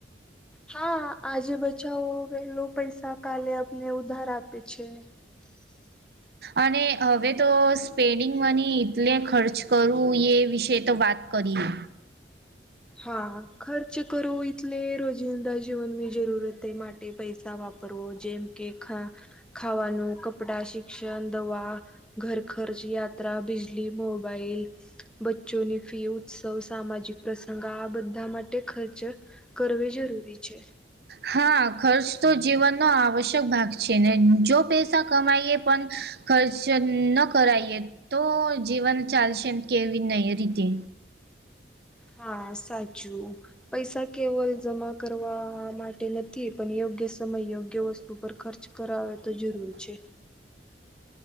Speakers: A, in the centre; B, on the right (about 60°).
A: હા આજે બચાવો પેલો પૈસા કાલે અને ઉધાર આપે છે. .
B: અને હવે તો સ્પેન્ડિંગ મની એટલે ખર્ચ કરવું એ વિશે તો વાત કરીએ.
A: હા ખર્ચ કરું ટલે રોજિંદા જીવન મી જરૂરત એ માટે પૈસા વાપર વ જેમ કે ખાવાનું કપડા શિક્ષણ દવા ઘર ખર્ચ યાત્રા બિજલી મોબાઈલ બચ્ચોની ફી ઉત્સવ સામાજિક પ્ર. આ બધા માટે ખર્ચ કરવી જરૂરી છે.
B: હા ખર્ચ તો જીવનનો આવશ્યક ભાગ છે ને જો પૈસા કમાઈએ પણ ખર્ચ ન કરાયએ તો જીવન ચાલશે કેવી ન રીતે
A: હા સાચું. પૈસા કેવલ જમા કરવા માટે નથી પણ યોગ્ય સમયયોગ્ય વસ્તુ પર ખર્ચ કરાવે તો જરૂર છે.